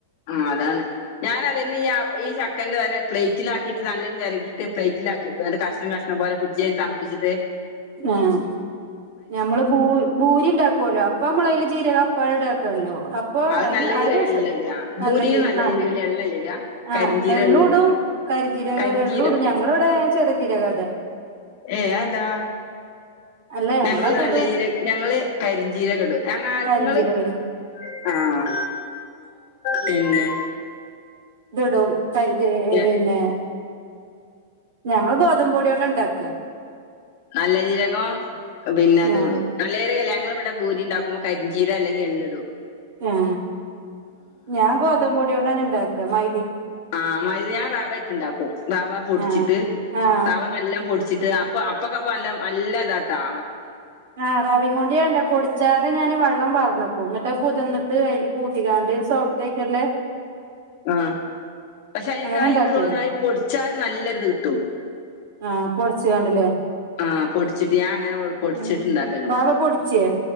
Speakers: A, on the left; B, on the right.
A: ആ അതാണ് ഞാനതന്നെ ഈ ആ ഈ ചക്കന്റെ തന്നെ പ്ലേറ്റിലാക്കി. ‌ക്കിട്ട് നല്ലൊണ്ട് വെരകീട്ട് പ്ളെയ്റ്റിലാക്കിവെക്കും ന്നിട്ട് കഷണം കഷണം പോലെ ഫ്ഡ്ജിൽ തണ്പ്പിച്ച്ട്ട്.
B: ആഹ് ഞമ്മള് ഭൂ ഭൂരി ഉണ്ടാക്കുവല്ലോ അപ്പൊ നമ്മള അതില് ജീരക. പഴെടാക്കല്ലോ. അപ്പൊ
A: അത്
B: അയ്ന്
A: നല്ല
B: അയിന്
A: ജീരകല്ലല്ലോ
B: രസ
A: ഇടാ
B: നല്ലജീര
A: ഭൂരിയിൽ
B: ആ നല്ല
A: ജീരകല്ലേ എള്ളല്ലേ ഇടാ കരിഞ്ജീരകല്ലോ
B: ആഹ് എള്ളൂടും. കരിഞ്ചീരകം
A: കരിഞ്ജീരം
B: എള്ളുംടും ഞങ്ങള് ഇവിടെ ചെറിയ ജീരകാട.
A: ഏ ആന്താ.
B: അല്ല ഞങ്ങളതിടും
A: ഞങ്ങള് നല്ല ജീര ഞങ്ങള് കരിഞ്ചീര കെടും ഞങ്ങ ഇങ്ങള്.
B: കരിഞ്ജീരകം
A: ആഹ് പിന്നെ.
B: ടും പിന്നെ.
A: ഏ,
B: ഞങ്ങള് ഗോതമ്പ് പൊടിയോണ്ടാ ഇണ്ടാക്ക.
A: നല്ല ജീരകം പിന്നെ അതോടും
B: ആഹ്
A: നല്ലീജീരകല്ല ങ്ങൾ ഇവിടെ ഭൂരി ഉണ്ടാക്കുമ്പോ കരിഞ്ചീര അല്ലെങ്കിൽ എള്ള് ഇടും.
B: ആ ഞാൻ ഗോതമ്പ്പൊടിയോണ്ടാണ് ഇണ്ടാക്ക മൈ
A: ആഹ മയ് ഞാൻ റാവായ്ട്ട് ഇണ്ടാക്കും റവ പൊടിച്ചിട്ട്.
B: ആഹ് ആഹ്
A: റവ നല്ലോം പൊടിച്ചിട്ട് അപ്പൊ അപ്പൊക്കപ്പം നല്ലോം നല്ല ഇതാട്ടൊ
B: ആ റവികൊണ്ട് ഞൻ ന്താ ‌ പൊടിച്ചാതെ ഞാന് വെള്ളം. പാർന്നക്കും ന്നിട്ട് പൊതിറ്ന്നിട്ട് അതിൽ കൂട്ടിക്കാണ്ട് സോഫ്റ്റായിട്ടല്ലേ.
A: ആഹ് പക്ഷെ അതിനക്കാ
B: അങ്ങനെ ഇണ്ടാക്കിയത്
A: എക്ക് തോന്ന അഅ് പൊടിച്ചാലും നല്ലൊര്ത് കിട്ടും.
B: ആഹ് പൊടിച്ച്കാണ്ട്ല്ലേ.
A: ആഹ് പൊടിച്ചിട്ട് ഞാൻ അങ്ങനെ <unintelligible> പൊടിച്ചിട്ട്
B: ഉം
A: ഇണ്ടാക്കലുണ്ട്
B: റാവ പൊടിച്ചേ